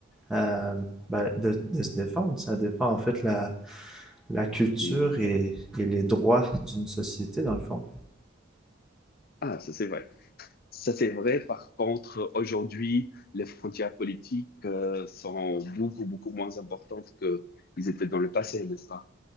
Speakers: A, in the centre; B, on the left (about 50°).
A: euh, ben, de, de se défendre. Ça défend en fait la, la culture
B: Mhm.
A: et, et les droits d'une société, dans le fond.
B: Ah, ça c'est vrai. Ça c'est vrai. Par contre, aujourd'hui, les frontières politiques euh, sont beaucoup, beaucoup moins importantes que ils étaient dans le passé, n'est-ce pas?